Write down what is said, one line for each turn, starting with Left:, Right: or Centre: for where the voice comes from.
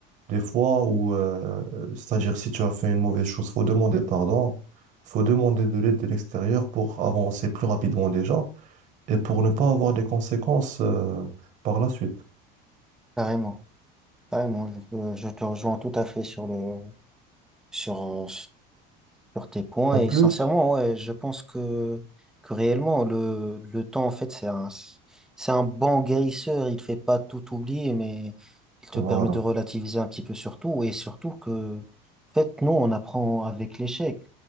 Right: des fois où, euh, c'est-à-dire si tu as fait une mauvaise chose, faut demander pardon, faut demander de l'aide de l'extérieur pour avancer plus rapidement déjà et pour ne pas avoir des conséquences, euh, par la suite.
Centre: carrément, carrément. Je, je te rejoins tout à fait sur le, sur, euh, sur tes points.
Right: En plus,
Centre: Et sincèrement, ouais, je pense que, que réellement, le, le temps, en fait, c'est un, c'est un bon guérisseur. Il fait pas tout oublier, mais il te
Right: voilà,
Centre: permet de relativiser un petit peu sur tout. Et surtout que, en fait, nous, on apprend avec l'échec.